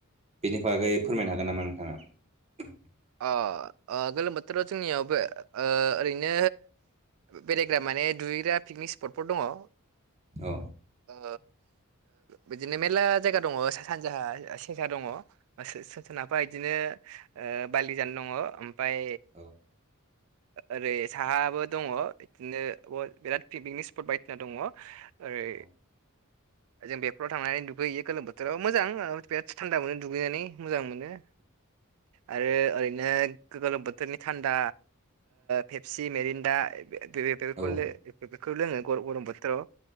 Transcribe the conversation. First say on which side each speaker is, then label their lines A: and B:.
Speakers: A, on the right; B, on the right.
A: बेनि बागै फोरमायनो हागोन नामा नोंथाङा
B: अ ओ गोलोम बोथोराव जोंनियावबो ओ ओरैनो बेरायग्रा मान ने दुगैग्रा पिकनिक स्पटफोर दङ' ओ
A: औ
B: ओ बिदिनो मेरला जायगा दङ' सा-सानजाहा से-सेखा दङ' सो-सो-सोनाबहा बिदिनो ओ बालि जान दङ' ओमफाय
A: औ
B: ओरै साहाबो दङ' बिदिनो बिराद पिकनिक स्पट बायदिसिना दङ' ओरै
A: औ <inaudible>
B: जों बेफोराव थांनानै दुगैहैयो गोलोम बोथोराव मोजां बिराद थान्दा मोनो दुगैनानै मोजां मोनो
A: <inaudible>
B: आरो ओरैनो गोलोम बोथोरनि थान्दा फेपसि मेरिन्दा बेफोरखौ
A: औ
B: बेफोरखौ लोङो गरम बोथोराव